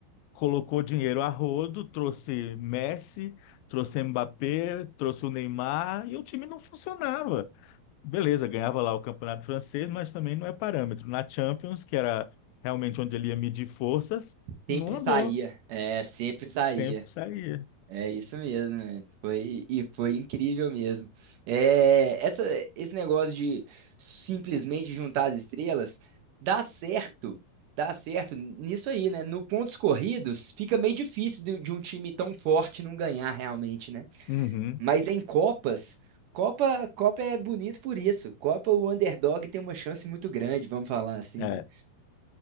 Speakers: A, on the left; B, on the right.
A: colocou dinheiro a rodo, trouxe Messi, trouxe Mbappé, trouxe o Neymar e o time não funcionava. Beleza, ganhava lá o campeonato francês, mas também não é parâmetro. Na Champions, que era realmente onde ele ia medir forças, não
B: sempre saía,
A: andou.
B: é, sempre saía.
A: Sempre saía.
B: É isso mesmo, né? Foi, e foi incrível mesmo. É, essa, esse negócio de simplesmente juntar as estrelas dá certo, dá certo nisso aí, né? No pontos corridos fica meio difícil de, de um time tão forte não ganhar realmente, né?
A: Uhum,
B: Mas em Copas, Copa, Copa é bonito por isso. Copa, o underdog tem uma chance muito grande, vamos falar assim,
A: é,
B: né?